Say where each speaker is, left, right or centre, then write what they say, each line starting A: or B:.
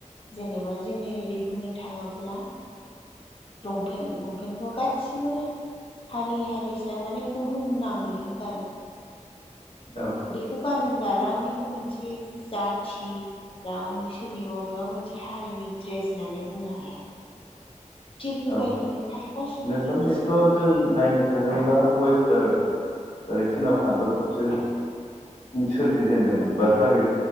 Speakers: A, on the left (about 45°); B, on the left (about 60°).
A: जेनेबा जेनेरेलि बुंनो थाङोब्ला लंपेन्ट लंपेन्टखौ गासिबो हारि हारिसा माने बुहुम नाङैनो गानो।
B: औ।
A: बेखौ गानोब्ला रावनिबो मोनसे जाथि रावनि सोरनिबा बबेबा मोनसे हारिनि दड्रेस होननानै बुंनो हाया। थिग बेबायदिनो
B: औ
A: खायफा सुबुंनि
B: नोंथां
A: गोसोआव
B: बेथ' जों नायनो थाङोब्ला वेस्टार्न ओरै सोनाब हादरफ्रावसो सोरजि जेनदोंमोन बा जागाय